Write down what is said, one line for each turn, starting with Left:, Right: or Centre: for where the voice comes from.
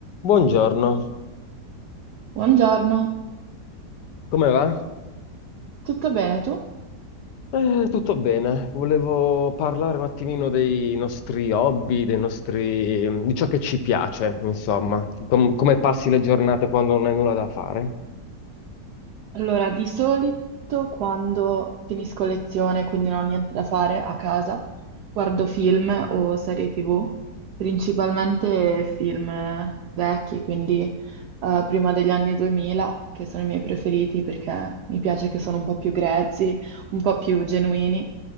Left: Buongiorno,
Right: Buongiorno,
Left: come va?
Right: tutto bene tu?
Left: Eh, tutto bene. Volevo parlare un attimino dei nostri hobby, dei nostri... di ciò che ci piace, insomma. Com- come passi le giornate quando non hai nulla da fare?
Right: Allora, di solito quando finisco lezione, quindi non ho niente da fare a casa, guardo film o serie TV, principalmente film eh, vecchi, quindi eh, prima degli anni 2000, che sono i miei preferiti perché mi piace che sono un po' più grezzi, un po' più genuini,